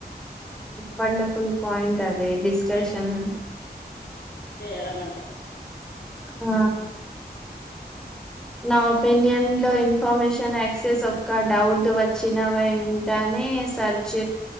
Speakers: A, in the centre; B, on the left.
A: వండఫుల్ పాయింట్ అదే డిస్కషన్
B: పై చేయడం అంటే
A: ఆ నా ఒపీనియన్ లో ఇన్ఫర్మేషన్ యాక్సెస్ ఒక క డౌట్ వచ్చిన వెంటనే సర్చ్